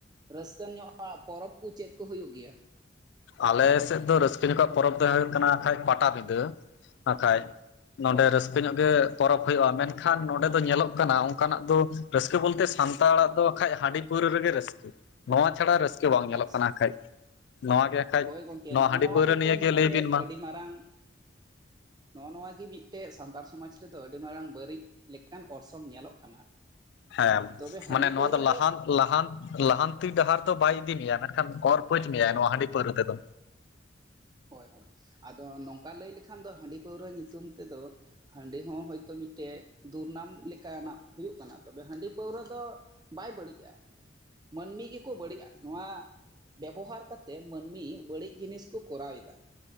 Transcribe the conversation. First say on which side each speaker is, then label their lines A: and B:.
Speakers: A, on the right (about 20°); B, on the left (about 60°).
A: ᱨᱟᱹᱥᱠᱟᱹ ᱧᱚᱜ ᱟ ᱯᱚᱨᱚᱵᱽ ᱠᱚ ᱪᱮᱫ ᱠᱚ ᱦᱩᱭᱩᱜ ᱜᱮᱭᱟ
B: ᱟᱞᱮ ᱥᱮᱫ ᱫᱚ ᱨᱟᱹᱥᱠᱟᱹ ᱧᱚᱠᱷᱟ ᱯᱚᱨᱚᱵᱽ ᱫᱚ ᱦᱩᱭᱩᱜ ᱠᱟᱱᱟ ᱠᱷᱟᱡ ᱯᱟᱴᱟᱵᱤᱫᱟᱹ ᱵᱟᱠᱷᱟᱡ ᱱᱚᱰᱮ
A: ᱦᱳᱭ
B: ᱨᱟᱹᱥᱠᱟᱹ ᱧᱚᱜ ᱜᱮ ᱯᱚᱨᱚᱵᱽ ᱦᱩᱭᱩᱜᱼᱟ ᱢᱮᱱᱠᱷᱟᱱ ᱱᱚᱰᱮ ᱫᱚ ᱧᱮᱞᱚᱜ ᱠᱟᱱᱟ ᱚᱱᱠᱟᱱᱟᱜ ᱫᱚ ᱨᱟᱹᱥᱠᱟᱹ ᱵᱚᱞᱛᱮ ᱥᱟᱱᱛᱟᱲᱟᱜ ᱫᱚ ᱠᱷᱟᱡ ᱦᱟᱺᱰᱤ ᱯᱟᱹᱣᱨᱟᱹ ᱨᱮᱜᱮ ᱨᱟᱹᱥᱠᱟᱹ ᱱᱚᱣᱟ ᱪᱷᱟᱲᱟ ᱨᱟᱹᱥᱠᱟᱹ ᱵᱟᱝ ᱧᱮᱞᱚᱜ
A: ᱟᱪᱪᱷᱟ
B: ᱠᱟᱱᱟ ᱠᱷᱟᱡ ᱱᱚᱣᱟ ᱜᱮ ᱠᱷᱟᱡ
A: ᱦᱳᱭ ᱜᱚᱝᱠᱮ ᱱᱚᱜᱼᱚ
B: ᱦᱟᱺᱰᱤ
A: ᱱᱚᱣᱟ
B: ᱯᱟᱹᱣᱨᱟᱹ
A: ᱜᱮᱛᱚ
B: ᱱᱤᱭᱮ
A: ᱢᱤᱫᱴᱮᱱ
B: ᱜᱮ ᱞᱟᱹᱭ ᱵᱤᱱ ᱢᱟ
A: ᱟᱹᱰᱤ ᱢᱟᱨᱟᱝ ᱱᱚᱜᱼᱚ ᱱᱚᱣᱟ ᱜᱮ ᱢᱤᱫᱴᱮᱡ ᱥᱟᱱᱛᱟᱲ ᱥᱚᱢᱟᱡᱽ ᱨᱮᱫᱚ ᱟᱹᱰᱤ ᱢᱟᱨᱟᱝ ᱵᱟᱹᱲᱤᱡ ᱞᱮᱠᱟᱱ ᱚᱨᱥᱚᱝ ᱧᱮᱞᱚᱜ ᱠᱟᱱᱟ
B: ᱦᱮᱸ
A: ᱛᱚᱵᱮ ᱦᱟᱺᱰᱤ
B: ᱢᱟᱱᱮ
A: ᱯᱟᱹᱣᱨᱟᱹ
B: ᱱᱚᱣᱟ ᱫᱚ ᱞᱟᱦᱟᱱ ᱞᱟᱦᱟᱱ ᱞᱟᱦᱟᱱᱛᱤ ᱰᱟᱦᱟᱨ ᱫᱚ ᱵᱟᱭ ᱤᱫᱤ ᱢᱮᱭᱟ ᱚᱨ ᱯᱟᱹᱪ ᱢᱮᱭᱟᱭ ᱱᱚᱣᱟ ᱦᱟᱹᱰᱤ ᱯᱟᱹᱣᱨᱟᱹ ᱛᱮᱫᱚ
A: ᱦᱳᱭ ᱦᱳᱭ ᱟᱫᱚ ᱱᱚᱝᱠᱟ ᱞᱟᱹᱭ ᱞᱮᱠᱷᱟᱱ ᱫᱚ ᱦᱟᱺᱰᱤ ᱯᱟᱹᱣᱨᱟᱹ ᱧᱩᱛᱩᱢ ᱛᱮᱫᱚ ᱦᱟᱺᱰᱤ ᱦᱚᱸ ᱦᱭᱛᱚ ᱢᱤᱫᱴᱮᱡ ᱫᱩᱨᱱᱟᱢ ᱞᱮᱠᱟᱱᱟᱜ ᱦᱩᱭᱩᱜ ᱠᱟᱱᱟ ᱛᱚᱵᱮ ᱦᱟᱺᱰᱤ ᱯᱟᱹᱣᱨᱟᱹ ᱫᱚ ᱵᱟᱭ ᱵᱟᱹᱲᱤᱡᱼᱟ ᱢᱟᱹᱱᱢᱤ ᱜᱮᱠᱚ ᱵᱟᱹᱲᱤᱡᱼᱟ ᱱᱚᱣᱟ ᱵᱮᱵᱚᱦᱟᱨ ᱠᱟᱛᱮᱫ ᱢᱟᱹᱱᱢᱤ ᱵᱟᱹᱲᱤᱡ ᱡᱤᱱᱤᱥ ᱠᱚ ᱠᱚᱨᱟᱣ ᱮᱫᱟ